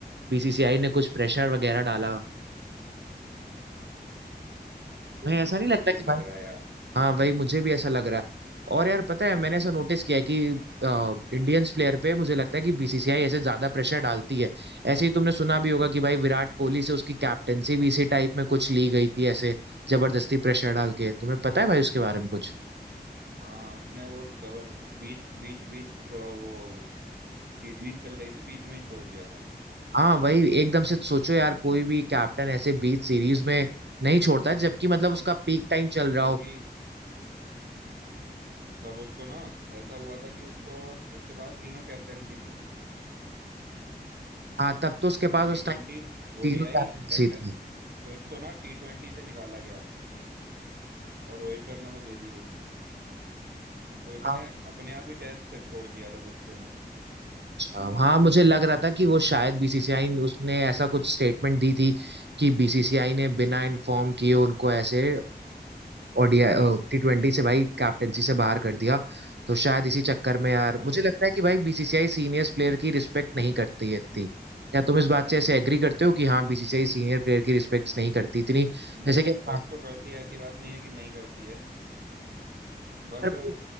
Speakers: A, on the right; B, on the right.
A: बीसीसीआई ने कुछ प्रेशर वगैरह डाला मैं ऐसा
B: मुझे
A: नहीं लगता
B: भी यही
A: कि
B: लग
A: भाई
B: रहा है यार
A: हाँ वही मुझे भी ऐसा लग रहा है और यार पता है मैंने ऐसा नोटिस किया है कि इंडियंस प्लेयर पे मुझे लगता है कि बीसीसीआई ऐसे ज्यादा प्रेशर डालती है ऐसे ही तुमने सुना भी होगा कि भाई विराट कोहली से उसकी कैप्टेंसी भी इसी टाइप में कुछ ली गई थी ऐसे जबरदस्ती प्रेशर डाल के तुम्हें पता है भाई उसके बारे में कुछ
B: हाँ उसने वो दवा, बीच बीच बीच तो वो सीरीज चल रही थी बीच में ही छोड़ दिया था
A: हाँ वही एकदम से सोचो यार कोई भी कैप्टन ऐसे बीच सीरीज में नहीं छोड़ता है, जबकि मतलब उसका पीक
B: हम्म,
A: टाइम चल रहा
B: क्योंकि
A: हो
B: तब उसको ना ऐसा हुआ था कि उसको उसके पास तीनों कैप्टेंसी थी
A: हाँ तब तो उसके पास उस
B: T twenty
A: टाइम तीनों
B: ओडीआई
A: कैप्टेंसी
B: test
A: थी
B: तो इसको ना टी ट्वेंटी से निकाला गया और रोहित शर्मा को दे दी गई तो इसने
A: हाँ
B: अपने आप ही टेस्ट से छोड़ दिया था गुस्से में
A: अच्छा हाँ मुझे लग रहा था कि वो शायद बीसीसीआई ने, उसने ऐसा कुछ स्टेटमेंट दी थी कि बीसीसीआई ने बिना इन्फॉर्म किए उनको ऐसे ओडीआई टी ट्वेंटी से भाई कैप्टेंसी से बाहर कर दिया तो शायद इसी चक्कर में यार
B: हाँ
A: मुझे
B: भाई
A: लगता है कि भाई बीसीसीआई सीनियर्स प्लेयर की रिस्पेक्ट नहीं करती है इतनी क्या तुम इस बात से ऐसे एग्री करते हो कि हाँ बीसीसीआई सीनियर प्लेयर की रिस्पेक्ट नहीं करती इतनी
B: नहीं
A: जैसे
B: रेस्पेक्ट
A: कि हम बात
B: तो करती है ऐसी बात नहीं है कि नहीं करती है बट
A: पर भाई